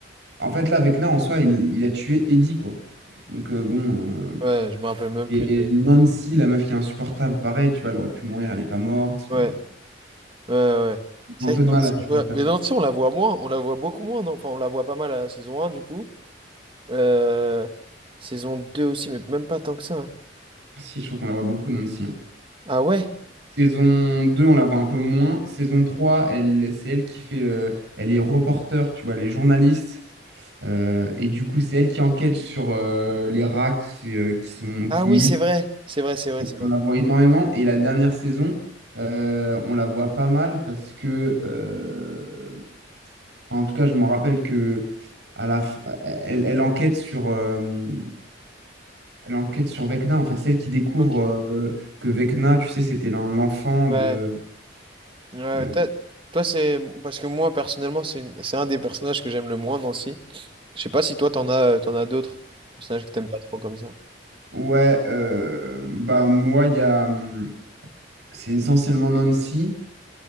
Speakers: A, on the right; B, on the right.
A: En fait, là, Vecna, en soi, il, il a tué Eddie, quoi. Donc, euh, bon. euh,
B: Ouais, je me rappelle même
A: et
B: plus de.
A: Nancy, la meuf qui est insupportable, pareil, tu vois, elle aurait pu mourir, elle n'est pas morte.
B: Ouais.
A: Enfin,
B: Ouais, ouais. ouais. C'est
A: un peu
B: vrai
A: de
B: que
A: mal
B: Nancy,
A: à tuer
B: ouais,
A: la personne.
B: mais Nancy, on la voit moins, on la voit beaucoup moins, non? Enfin, on la voit pas mal à la saison un du coup. Euh, Saison 2 aussi, mais même pas tant que ça. hein.
A: Si, je trouve qu'on la voit beaucoup, Nancy. hein.
B: Ah ouais?
A: Saison 2, on la voit un peu moins. Saison 3, elle, c'est elle qui fait. euh, elle est reporter, tu vois, elle est journaliste. Euh, et du coup, c'est elle qui enquête sur euh, les rats qui, euh, qui sont, qui
B: Ah oui,
A: mutent.
B: c'est vrai, c'est vrai, c'est vrai, c'est
A: On
B: vrai.
A: la voit énormément. Et la dernière saison, euh, on la voit pas mal parce que. euh, enfin, en tout cas, je me rappelle que. À la f- elle, elle enquête sur, euh, elle enquête sur Vecna, en fait, celle qui découvre
B: Ok,
A: euh, que Vecna, tu sais, c'était l'en- l'enfant
B: ouais.
A: de,
B: Ouais,
A: euh,
B: toi toi, c'est... Parce que moi, personnellement, c'est une- c'est un des personnages que j'aime le moins, Nancy. Je sais pas si toi, t'en as, euh, t'en as d'autres personnages que t'aimes pas trop comme ça.
A: Ouais, euh, bah moi, il y a, hum, c'est essentiellement Nancy.